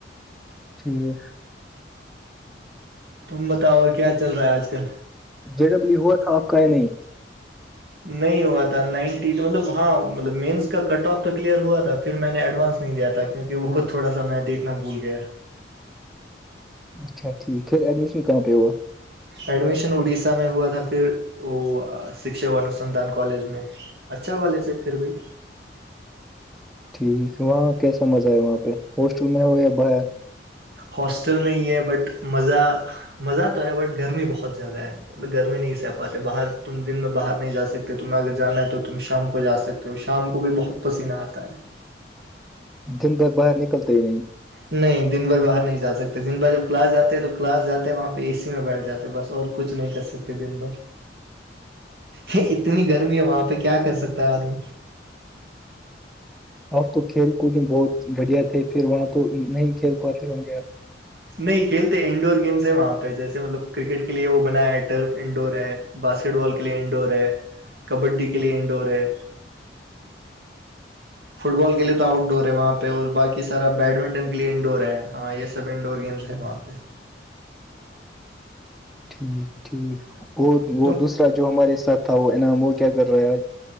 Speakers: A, in the centre; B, on the right.
A: ٹھیک
B: تم بتاؤ کیا چل رہا ہے آج کل
A: جے ڈبلیو ہوا تھا آپ کا یا نہیں
B: نہیں ہوا تھا نائنٹی مطلب ہاں مطلب مینس کا کٹ آف تو کلیئر ہوا تھا پھر میں نے ایڈوانس نہیں دیا تھا کیونکہ بہت تھوڑا سا میں دیکھنا بھول گیا
A: اچا ٹھیک پھر ایڈمشن کہاں پ اور
B: ایڈمیشن اڑیسہ میں ہوا تھا پھر وہ شکشا انوسندھان کالج میں اچھا والی سے پھر بھی
A: ٹھیک وہاں کیسا مزہ ہے وہاں پہ ہاسٹل میں ہو یا باہر
B: ہاسٹل نہیں ہے بٹ مزہ مزہ تو ہے بٹ گرمی بہت زیادہ ہے گرمی نہیں سہ پاتے باہر تم دن میں باہر نہیں جا سکتے تمہیں اگر جانا ہے تو تم شام کو جا سکتے شام کو بھی بہت پسینہ آتا ہے
A: دن بھر باہر نکلتے ہی نہیں
B: نہیں دن بھر باہر نہیں جا سکتے دن بھر جب کلاس جاتے ہیں تو کلاس جاتے ہیں وہاں پہ اے سی میں بیٹھ جاتے ہیں بس اور کچھ نہیں کر سکتے دن بھر اتنی گرمی ہے وہاں پہ کیا کر سکتا ہے آدمی
A: اب تو کھیل کود میں بہت بڑھیا تھے پھر وہاں تو نہیں کھیل پاتے ہ گیا
B: نہیں کھیلتے انڈور گیمس ہے وہاں پہ جیسے مطلب کرکٹ کے لیے وہ بنایا ہے ٹرف انڈور ہے باسکٹ بال کے لیے انڈور ہے کبڈی کے لیے انڈور ہے فٹ بال کے لیے تو آؤٹ ڈور ہے وہاں پہ اور بقی سارا بیڈمنٹن کے لیے انڈور ہے ہاں یہ س سب انڈور گیمس ہیں وہاں پہ
A: ٹھیک ٹھیک اور وہ
B: تو
A: دوسرا جو ہمارے ساتھ تھا وہ انعام وہ کیا کر رہا ہے آج